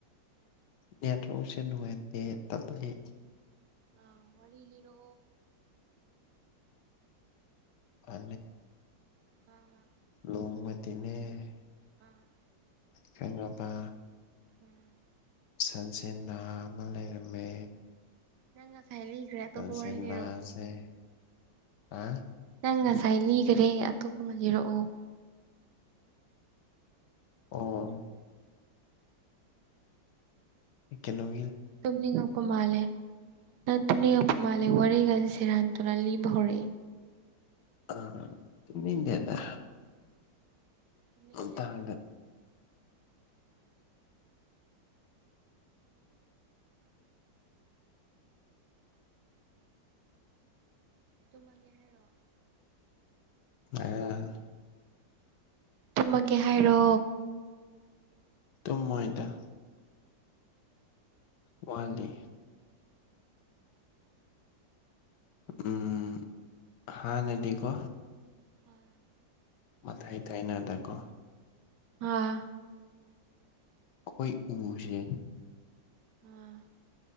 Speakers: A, on the left; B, on the right.
A: ꯅꯦꯠꯋꯣꯛꯁꯦ ꯅꯨꯡꯉꯏꯇꯦ ꯇꯜꯂꯤ
B: ꯑ ꯋꯔꯤ ꯂꯤꯔꯣ
A: ꯑ
B: ꯑꯥ
A: ꯂꯣꯡ ꯃꯗꯤꯅꯦ
B: ꯎꯝ
A: ꯈꯪꯉꯕ
B: ꯎꯝ
A: ꯁꯟꯁꯦꯟ ꯅꯍ ꯑꯃ ꯂꯩꯔꯝꯃꯦ
B: ꯅꯪ ꯉꯁꯥꯏ ꯂꯤꯈ꯭ꯔꯦ ꯑꯇꯣꯞꯄ
A: ꯁꯟꯁꯦꯟ
B: ꯋꯥꯔꯤ ꯂꯤꯔꯛꯑꯣ
A: ꯅꯍꯁꯦ ꯑ
B: ꯅꯪ ꯉꯁꯥꯏ ꯂꯤꯈꯔꯦ ꯑꯇꯣꯞꯄ ꯑꯃ ꯂꯤꯔꯛꯑꯣ
A: ꯑꯣ ꯀꯩꯅꯣ
B: ꯇꯝꯅꯤꯛ ꯉꯛꯄ ꯃꯥꯥꯂꯦ ꯅꯪ ꯇꯨꯝꯅꯤꯉꯛ ꯄ ꯃꯥꯂꯦ ꯋꯥꯔꯤꯒꯁꯦ ꯁꯦꯔꯟ ꯇꯦꯔꯟ ꯂꯤꯕ ꯍꯧꯔꯦ
A: ꯑ ꯇꯨꯝꯅꯤꯡꯗꯦ ꯗ
B: ꯇꯨꯝꯅꯤꯡꯉꯦ
A: ꯇꯣꯇꯥꯡ
B: ꯇꯝꯃꯒꯦ ꯍꯥꯏꯔꯣ
A: ꯑ
B: ꯇꯨꯝꯃꯒꯦ ꯍꯥꯏꯔꯣ
A: ꯇꯨꯝꯃꯣꯏꯗ ꯋꯥꯠꯂꯤ ꯎꯝ ꯍꯥꯟꯅ ꯗꯤ ꯀꯣ
B: ꯎꯝ
A: ꯃꯊꯥꯏ ꯊꯥꯏꯅꯗꯀꯣ
B: ꯑ
A: ꯑꯩꯏ ꯎꯕꯨꯁꯦ
B: ꯑꯥ